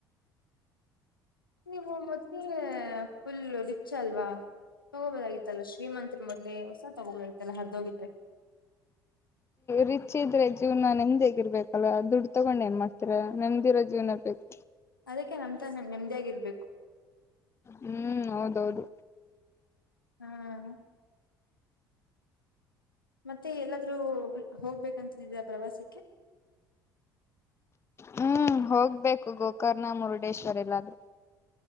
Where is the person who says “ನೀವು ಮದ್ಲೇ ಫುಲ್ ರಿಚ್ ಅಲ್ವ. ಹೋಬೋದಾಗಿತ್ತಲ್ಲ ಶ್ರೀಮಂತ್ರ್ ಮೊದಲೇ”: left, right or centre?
Left